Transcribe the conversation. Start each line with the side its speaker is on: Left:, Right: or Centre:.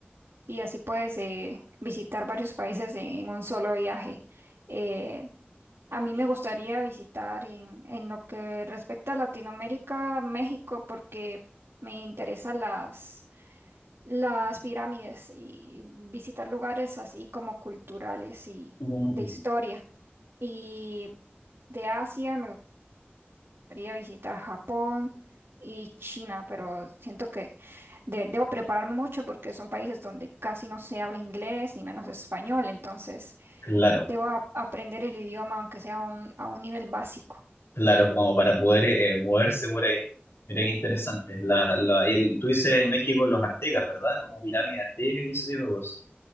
Right: y así puedes eh, visitar varios países en, un solo viaje. Eh, A mí me gustaría visitar en, en lo que respecta a Latinoamérica, México, porque me interesan las, las pirámides y visitar lugares así como culturales y
Left: Mm.
Right: de historia. Y de Asia me gustaría visitar Japón y China, pero siento que de- debo prepararme mucho porque son países donde casi no se habla inglés ni menos español, entonces
Left: Claro,
Right: debo a- aprender el idioma aunque sea a un a un nivel básico.
Left: claro, como para poder eh, moverse por ahí. Mira qué interesante. La, la, y el- tú dices en México los aztecas, ¿verdad? Como pirámides aztecas y ese tipo de cosas.